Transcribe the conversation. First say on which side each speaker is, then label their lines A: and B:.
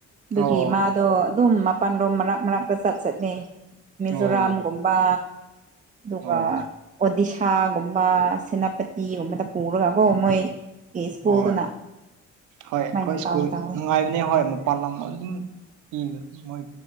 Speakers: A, on the right (about 25°); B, on the right (about 85°).
A: ꯗꯨꯒꯤ
B: ꯑꯣ
A: ꯃꯥꯗꯣ ꯑꯗꯨꯝ ꯃꯄꯥꯜꯂꯣꯝ ꯃꯔꯛ ꯃꯔꯛꯇ ꯆꯠ ꯆꯠꯂꯤ ꯃꯤꯖꯣꯔꯥꯝꯒꯨꯝꯕ
B: ꯑꯣ
A: ꯑꯗꯨꯒ
B: ꯑꯣ
A: ꯑꯣꯗꯤꯁꯥꯒꯨꯝ ꯕꯥ ꯁꯦꯅꯥꯄꯇꯤꯒꯨꯝꯕꯗ ꯄꯨꯔꯒꯀꯣ ꯃꯣꯏ ꯑꯦ ꯁ꯭ꯀꯨꯜꯗꯨꯅ
B: ꯍꯣꯏ ꯍꯣꯏ
A: ꯁꯨꯃꯥꯏꯅ
B: ꯍꯣꯏ ꯁ꯭ꯀꯨꯜ
A: ꯇꯧ ꯇꯧꯋꯦ
B: ꯅꯨꯡꯉꯥꯏꯕꯅꯦ ꯍꯣꯏ ꯃꯥ ꯄꯥꯂꯝ ꯑꯗꯨꯝ ꯏꯕ ꯁꯨ ꯃꯣꯏ